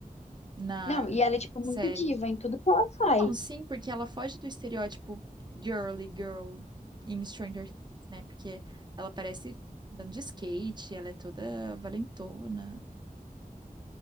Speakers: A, on the right; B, on the left.
A: na
B: Não, e ela é, tipo,
A: série.
B: muito diva em tudo que ela faz.
A: Não, sim, porque ela foge do estereótipo girly girl em Stranger Things, né? Porque ela parece andando de skate, ela é toda valentona.